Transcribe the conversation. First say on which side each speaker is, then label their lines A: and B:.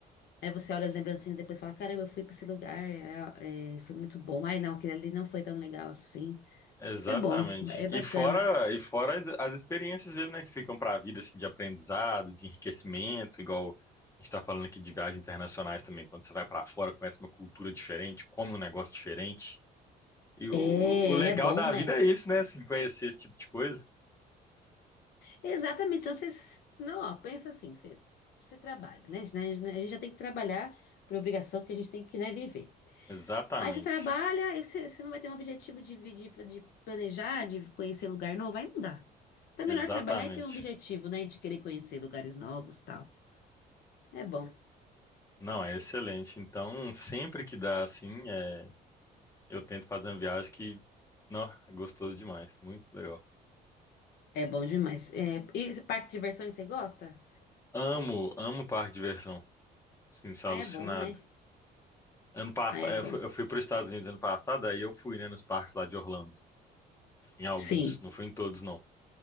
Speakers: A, on the left; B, on the left.
A: Aí você olha as lembrancinhas e depois fala, caramba, eu fui pra esse lugar, é, é, foi muito bom. Ai, não, aquele ali não foi tão legal assim.
B: Exatamente.
A: É bom, é bacana.
B: E fora, e fora as, as experiências mesmo, né, que ficam para a vida, assim, de aprendizado, de enriquecimento, igual a gente está falando aqui de viagens internacionais também, quando você vai para fora, conhece uma cultura diferente, come um negócio diferente. E o,
A: É,
B: o legal
A: e é bom,
B: da vida
A: né?
B: é isso, né, assim, conhecer esse tipo de coisa.
A: Exatamente. Então, você, não, ó, pensa assim, você, você trabalha, né? A gente né, a gente já tem que trabalhar por obrigação, porque a gente tem que, né, viver.
B: Exatamente.
A: Aí você trabalha, e você, você não vai ter um objetivo de, vi- de, de planejar, de conhecer lugar novo, aí não dá. Então é
B: Exatamente.
A: melhor trabalhar e ter um objetivo, né? De querer conhecer lugares novos, tal. É bom.
B: Não, é excelente. Então, sempre que dá, assim, é Eu tento fazer uma viagem que, não, é gostoso demais, muito legal.
A: É bom demais. É, e esse parque de diversões você gosta?
B: Amo, amo parque de diversão, sim, sou
A: Ah,
B: alucinado.
A: é bom, né?
B: Ano passado,
A: Ah, é
B: eu
A: bom.
B: fui, eu fui para os Estados Unidos ano passado, aí eu fui, né, nos parques lá de Orlando, em alguns,
A: Sim.
B: não fui em todos, não.